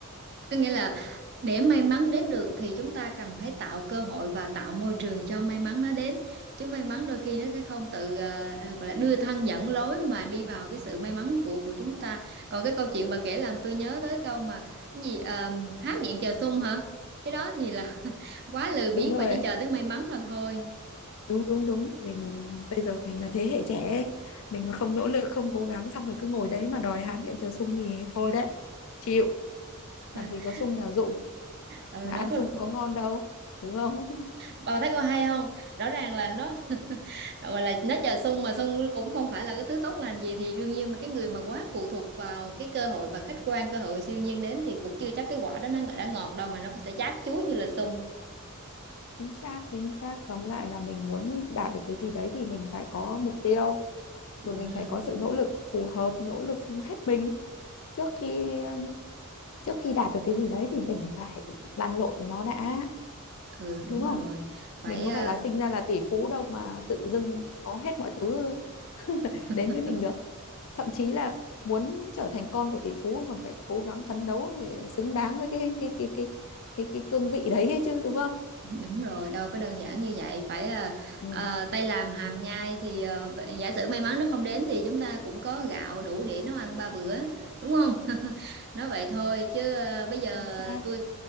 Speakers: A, on the right; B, on the left.
A: Có nghĩa là để may mắn đến được thì chúng ta cần phải tạo cơ hội và tạo môi trường cho may mắn nó đến. Chứ may mắn đôi khi nó sẽ không tự ờ, ờ, gọi là đưa thân dẫn lối mà đi vào cái sự may mắn của của chúng ta. Còn cái câu chuyện bà kể làm tôi nhớ tới câu mà cái gì ờ, há miệng chờ sung hả? Cái đó thì là <laughs> quá lười biếng
B: đúng rồi
A: và chỉ chờ tới may mắn mà thôi.
B: đúng đúng đúng mình bây giờ mình là thế hệ trẻ ấy. mình mà không nỗ lực không cố gắng xong rồi cứ ngồi đấy mà đòi há miệng chờ sung thì thôi đấy chịu làm
A: <laughs>
B: gì có sung nào dụng
A: Ừ
B: mà ăn
A: nó có
B: sung cũng có ngon đâu đúng không
A: bà thấy có hay không rõ ràng là nó <laughs> gọi là nó chờ sung mà sung cũng không phải là cái thứ tốt lành gì thì đương nhiên mà cái người mà quá phụ thuộc vào cái cơ hội và khách quan cơ hội siêu nhiên đến thì cũng chưa chắc cái quả đó nó đã ngọt đâu mà nó cũng sẽ chát chuối như là sung
B: chính xác chính xác tóm lại là mình muốn đạt được cái gì đấy thì mình phải có mục tiêu
A: ừ,
B: rồi mình phải có sự nỗ lực phù hợp nỗ lực hết mình trước khi trước khi đạt được cái gì đấy thì mình phải lăn lộn với nó đã
A: ừ đúng
B: đúng không
A: rồi phải
B: mình có
A: ờ,
B: phải là sinh ra là tỷ phú đâu mà tự dưng có hết mọi thứ <laughs>
A: <laughs>
B: đến với mình được thậm chí là muốn trở thành con của tỷ phú còn phải cố gắng phấn đấu để xứng đáng với cái cái cái cái cái cái cương vị đấy ấy chứ đúng không
A: Đúng rồi, đâu có đơn giản như vậy, phải à,
B: ừ.
A: à, tay làm hàm nhai thì à, giả sử may mắn nó không đến thì chúng ta cũng có gạo đủ để nấu ăn ba bữa, đúng không? <laughs> Nói vậy thôi chứ à, bây giờ
B: chính xác
A: tôi